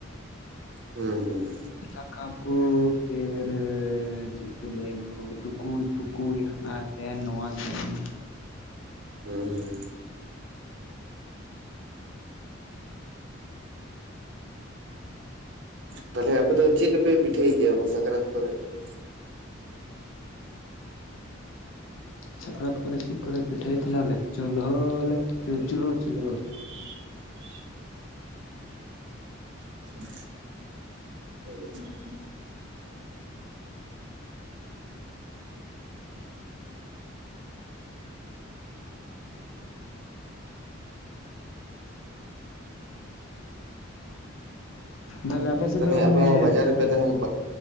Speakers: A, on the right; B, on the left.
A: ᱦᱮᱸᱻ
B: ᱥᱠᱟᱢ ᱠᱚ ᱤᱭᱟᱹ ᱨᱮ, ᱪᱮᱫ ᱠᱚ ᱞᱟᱹᱭᱟ ᱴᱩᱠᱩᱡ ᱯᱷᱩᱠᱩᱡ ᱦᱟᱱᱟ ᱛᱮᱱ ᱱᱚᱣᱟ <unintelligible>
A: ᱦᱩᱸᱻ ᱛᱟᱦᱞᱮ ᱟᱯᱮ ᱫᱚ ᱪᱮᱫ ᱨᱮᱯᱮ ᱯᱤᱴᱷᱟᱹᱭ ᱜᱮᱭᱟ ᱚᱱᱟ ᱥᱟᱠᱨᱟᱛ ᱠᱚᱨᱮ? <inaudible>
B: ᱥᱟᱠᱨᱟᱛ ᱠᱚᱨᱮ ᱪᱮᱫ ᱠᱚᱨᱮ ᱯᱤᱴᱟᱹᱭ ᱦᱱᱟ ᱞᱮ ᱪᱩᱞᱦᱟᱹ ᱪᱩᱞ ᱪᱩᱞᱦᱟᱹ,
A: ᱦᱮᱸ ᱟᱪᱪᱷᱟ <inaudible>
B: ᱛᱟᱦᱞᱮ ᱟᱯᱮ ᱥᱮᱫ
A: ᱛᱟᱦᱚᱞᱮ
B: ᱫᱚ
A: ᱟᱯᱮ
B: ᱢᱟᱱᱮ
A: ᱢᱟ ᱵᱟᱡᱟᱨ ᱨᱮᱯᱮ ᱛᱟᱦᱮᱱ